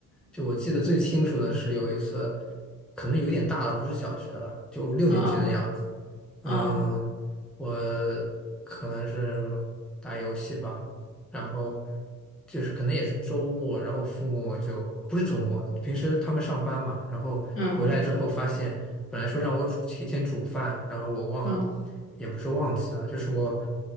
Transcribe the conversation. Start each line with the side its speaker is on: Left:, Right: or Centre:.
Centre: 就我记得最清楚的是有一次，可能有点大了，不是小学了，就六年级的样子。
Left: 嗯嗯
Centre: 嗯，
Left: 嗯
Centre: 我可能是打游戏吧，然后就是可能也是周末，然后父母就不是周末，平时他们上班嘛，然后回来之后发现，
Left: 嗯嗯
Centre: 本来说让我煮提前煮饭，然后我忘，
Left: 嗯嗯
Centre: 也不是忘记了，就是我